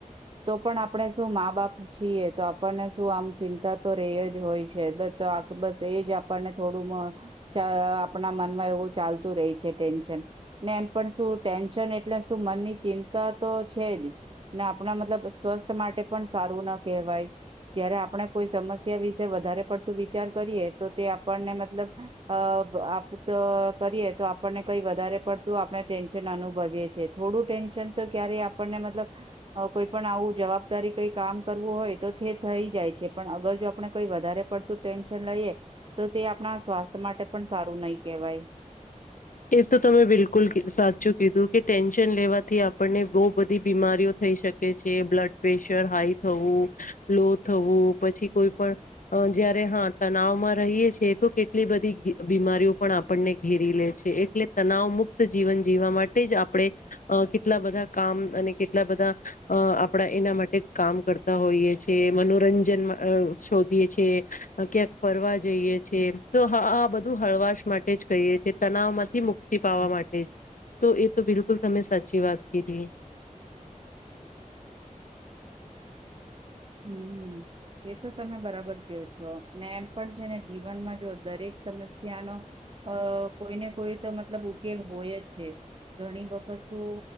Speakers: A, on the right (about 40°); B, on the left (about 80°).
A: તો પણ આપણે શું મા બાપ છીએ, તો આપણને શું આમ ચિંતા તો રેય જ હોય છે, બધ તો આપ બસ એ જ આપણને થોડું મ ચ અ આપણના મનમાં એવું ચાલતું રેય છે ટેન્શ ન ને એમ પણ શું ટેન્શન એટલે શું મનની ચિંતા તો છે જ ને આપણા મતલબ સ્વસ્થ માટે પણ સારું ન કહેવાય. જયારે આપણે કોઈ સમસ્યા વિશે વધારે પડતું વિચાર કરીએ, તો તે આપણને મતલબ અ અપ આપ તો કરીએ તો આપણને કઈ વધારે પડતું આપણે ટેન્ અનુભવી થોડું ટેન્શન તો ક્યારે આપણને મતલબ કોઈ પણ આવું જવાબદારી કઈ કામ કરવું હોય તો તે થઈ જાય છે પણ અગર જો આપણે કઈ વધારે પડતું ટેન્શન લઈએ તો તે આપણા સ્વાસ્થ્ય માટે પણ સારું નહી કહેવાય
B: એ તો તમે બિલકુલ સાચું કીધું કે ટેન્શન લેવાથી આપણને બહુ બધી બીમારીઓ થ થઈ શકે છે બ્લડ પ્રેશર હાઈ થવું લો થવું પછી કોઈ પણ જયારે હા તનાવ માં રહીએ છેએ તો કેટલી બધી બીમારીઓ પણ આપણને ઘેરી લે એટલે તનાવ મુક્ત જીવન જીવવા માટે જ આપણે કેટલા બધા કામ અને કેટલા બધા બ આપણા એના માટે કામ કરતા હોઈએ છ છેએ મનોરંજન શોધીએ છએ ક્યાંક ફરવા જઈએ છે તો આ બધું હળવાશ માટે જ કહીએ છે તનાવ માંથી મુક્તિ પાવા માટે તો એ તો બિલકુલ તમે સાચી વાત કીધી <inaudible>
A: હમ એ તો તમે બરાબર એમ પણ છેને જીવનમાં જો દરેક સમસ્યા નો કોઈને કોઈ કોઈ તો મતલબ ઉકેલ હોય જ છે ઘણી વખત શું